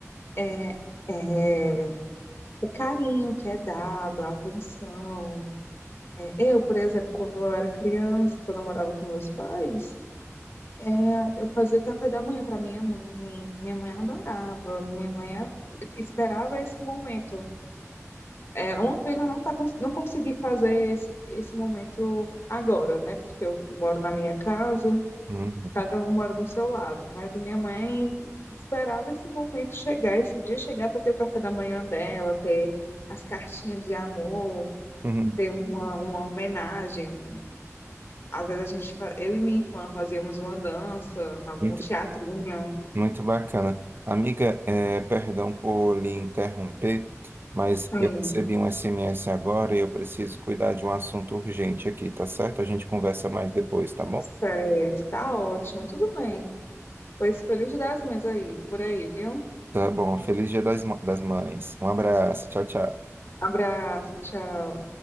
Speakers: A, on the left (about 55°); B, on the right (about 45°).
A: é, é, o carinho que é dado, a atenção. É, eu, por exemplo, quando eu era criança, quando eu morava com meus pais, é, eu fazia café da manhã para minha mãe. Minha mãe adorava, minha mãe a- esperava esse momento. É uma pena não, tá, cons- não conseguir fazer esse, esse momento agora, né? Porque eu moro na minha casa,
B: Uhum.
A: cada um mora no seu lado. Mas a minha mãe esperava esse momento chegar, esse dia chegar para ter o café da manhã dela, ter as cartinhas de amor,
B: Uhum.
A: ter uma, uma homenagem. Às vezes a gente, fa- eu e minha irmã fazíamos uma dança, algum
B: Muito,
A: teatrinho.
B: muito bacana. Amiga, é, perdão por lhe interromper, mas
A: Sim,
B: eu recebi um SMS agora e eu preciso cuidar de um assunto urgente aqui, tá certo? A gente conversa mais depois, tá bom?
A: certo, tá ótimo, tudo bem. Pois feliz Dia das Mães aí, por aí, viu?
B: Tá bom. Feliz Dia das, Mã- das Mães. Um abraço. Tchau, tchau.
A: Abraço, tchau.